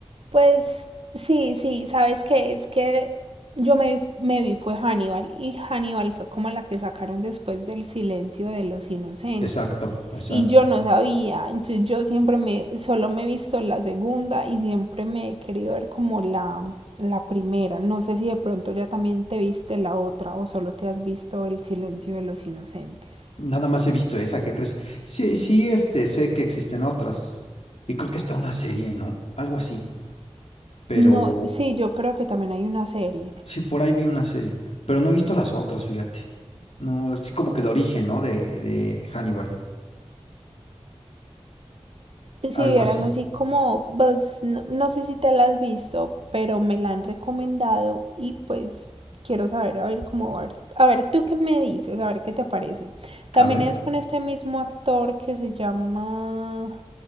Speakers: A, on the right; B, on the left.
A: Pues sí, sí, ¿sabes que Es que yo me, vi- me vi fue Hannibal y Hannibal fue como la que sacaron después del silencio de los inocentes
B: Exacto, exacto.
A: y yo no sabía, entonces yo siempre me, solo me he visto la segunda y siempre me he querido ver como la, la primera. No sé si de pronto ya también te viste la otra o solo te has visto el silencio de los inocentes.
B: Nada más he visto esa, ¿qué crees? Sí, sí, este, sé que existen otras. Y creo que está una serie, ¿no? Algo así. Pero
A: No, sí, yo creo que también hay una serie.
B: sí, por ahí vi una serie. Pero no he visto las otras, fíjate. No, sí como que el origen, ¿no? De, de Hannibal. Algo
A: Si vieras
B: así.
A: así como, vos, no, no sé si te la has visto, pero me la han recomendado y pues quiero saber, a ver cómo, a ver, a ver tú qué me dices, a ver qué te parece. También
B: A ver.
A: es con este mismo actor que se llama